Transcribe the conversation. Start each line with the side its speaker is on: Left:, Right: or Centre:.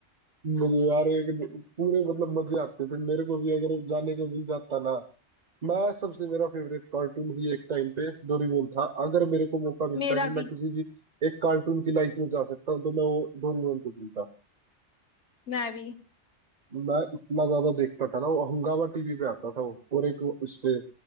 Right: मुझे यार एक पूरे मतलब मजे आते थे मेरे को भी अगर जाने को मिल जाता ना मैं सबसे मेरा फेवरेट कार्टून ही एक टाइम पे डोरेमोन था अगर मेरे को मौका मिलता
Left: मेरा
Right: कि मैं
Left: भी
Right: किसी भी एक कार्टून की लाइफ में जा सकता हूँ तो मैं वो डोरेमोन को चुनता
Left: मैं भी
Right: मैं इतना ज्यादा देखता था ना वो हंगामा टीवी पे आता था वो और एक वो उस पे अ,